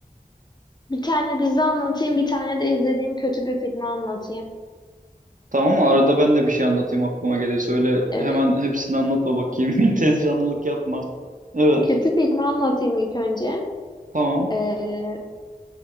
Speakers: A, on the left; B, on the right.
A: Bir tane dizi anlatayım, bir tane de izlediğim kötü bir filmi anlatayım.
B: Tamam mı? Arada ben de bir şey anlatayım aklıma gelirse. Öyle
A: Evet.
B: hemen hepsini anlatma bakayım. <laughs> Tez canlılık yapma. Evet,
A: Kötü filmi anlatayım ilk önce.
B: tamam.
A: Ee,